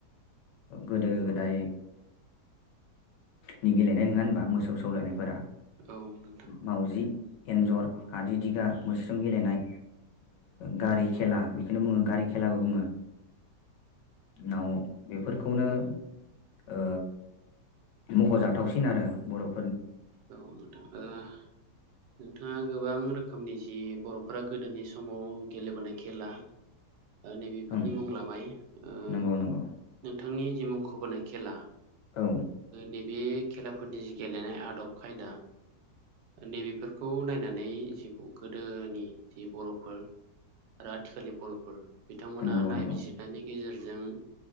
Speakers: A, on the left; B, on the right.
A: गोदो गोदाय नि गेलेनाय नङा होनबा मोसौ सौलायनायफोरा
B: औ नोंथां
A: मावजि एन्जर आदि दिगा। मोस्रोम गेलेनाय गारि खेला बेखौनो बुङो गारि खेलाबो बुङो। नाव बेफोरखौनो ओ मख'जाथावसिन आरो बर'
B: औ नोंथां नोंथाङा गोबां रोखोमनि जि बर'फोरा गोदोनि समाव गेलेबोनाय खेला नैबेफोरनि
A: ओं
B: मुं लाबाय नोंथांनि
A: नंगौ नंगौ
B: जि मुंखौबोनाय खेला
A: औ
B: नैबे खेलाफोरनि जि गेलेनाय आदब खायदा नैबेफोरखौ नायनानै जि गोदोनि जि बर'फोर आरो आथिखालनि बर'फोर बिथांमोना
A: नंगौ
B: नायबिजिरनायनि
A: नंगौ
B: गेजेर जों